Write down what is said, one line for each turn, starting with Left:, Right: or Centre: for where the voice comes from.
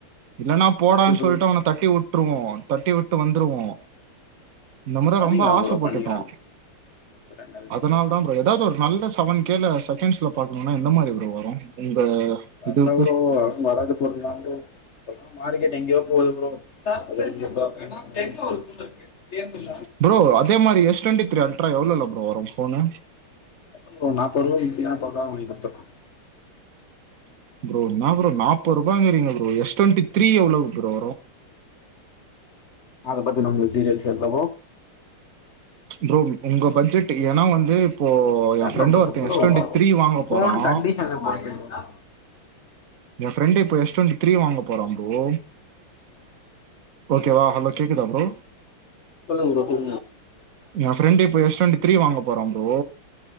Right: இல்லன்னா போடான்னு
Left: ப்ரோ
Right: சொல்லிட்டு அவன தட்டி விட்டுருவோ தட்டி விட்டு வந்துருவோ இந்த மொற
Left: பண்ணிக்கலாம்
Right: ரொம்ப ஆசப்பட்டுட்டோ
Left: ப்ரோ பண்ணிக்கலாம் ஒரு ரெண்டாயிரம்
Right: அதனாலதா
Left: பண்ணிக்கலாம்
Right: ப்ரோ ஏதாவது ஒரு நல்ல செவன் கேல செகண்ட்ஸ்ல பாக்கணுன்னா எந்த மாரி ப்ரோ வரு உங்க
Left: கட்ல
Right: இதுக்கு.
Left: ப்ரோ ஆ நடக்க போறதுதா ப்ரோ இப்பல்லா மார்கெட் எங்கயோ போகுது ப்ரோ சவல <inaudible> எல்ல ஒரு இருக்கு
Right: ப்ரோ அதேமாரி எஸ் டுவெண்ட்டி த்ரீ அல்ட்ரா எவ்ளோல்ல ப்ரோ வரு ஃபோனு
Left: ப்ரோ நாப்பது ரூவாக்கி வித்தீங்கன்னா பக்காவா வாங்கி குடுத்துர்றோ
Right: ப்ரோ என்ன ப்ரோ நாப்பது ரூபாங்குறீங்க ப்ரோ எஸ் டுவெண்டி த்ரீ எவ்ளவு ப்ரோ
Left: அத பத்தி நம்மளுக்கு டீடெயில் தெரில ப்ரோ
Right: ப்ரோ உங்க பட்ஜெட்டு ஏன்னா வந்து இப்போ என்
Left: ஆ
Right: ஃப்ரெண்டு
Left: ப ப
Right: ஒருத்தன்
Left: ப்ரோ
Right: எஸ் டுவெண்ட்டி த்ரீ வாங்க
Left: ஃபோன்
Right: போறான்
Left: கண்டஷன் பொறுத்து ப்ரோ
Right: ஏ ஃப்ரெண்ட் இப்ப எஸ்ட்டெண்டு த்ரீ வாங்க போறா ப்ரோ ஓகேவா ஹலோ கேக்குதா ப்ரோ
Left: சொல்லுங்க ப்ரோ
Right: என் ஃப்ரெண்டு இப்ப எஸ் டுவெண்டி த்ரீ வாங்க போறோ ப்ரோ